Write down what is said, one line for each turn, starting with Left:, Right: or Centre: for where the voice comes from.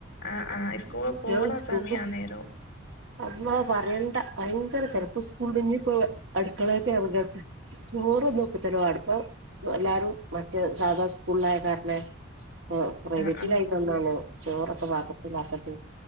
Left: ആ ആ സ്കൂള്
Right: കുട്ടികൾ
Left: പോണ
Right: സ്കൂൾക്ക്
Left: സമയാന്നേരവും
Right: അള്ളാ പറയണ്ട ഭയങ്കര ചെലപ്പോ സ്കൂള്ല്ലെ ഞ് പ്പോ അടുക്കളേകെറങ്ങ ചോറൊന്നും ഇപ്പതന്നെ വാട ഇപ്പം എല്ലാരും മറ്റ് മറ്റേ സാധാ സ്കൂള്ലായ കാരണെ പ്പൊ പ്രൈവറ്റിലായതികൊണ്ടാണ്
Left: ആഹ് ആഹ്
Right: ചോറൊക്കെ ഭാക്കത്തിലാക്കത്തി